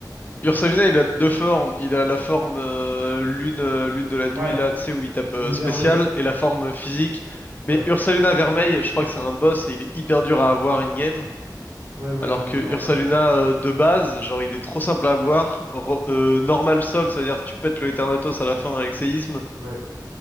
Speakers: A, on the left; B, on the right.
A: Ursa Luna, il a deux formes. Il a la forme euh, lune, euh, lune de la nuit
B: Ouais,
A: là, tu sais, où il tape euh,
B: lune
A: spécial,
B: vermeille.
A: et la forme physique.
B: Ouais,
A: Mais Ursa Luna Vermeil, je crois que c'est un boss et il est hyper dur à avoir in-game.
B: ouais, moi,
A: Alors
B: j'avais
A: que
B: le normal.
A: Ursaluna euh, de base, genre il est trop simple à avoir. Ro- euh, normal Sol, c'est-à-dire tu pètes le Eternatus à la fin avec séisme.
B: Ouais. Ouais.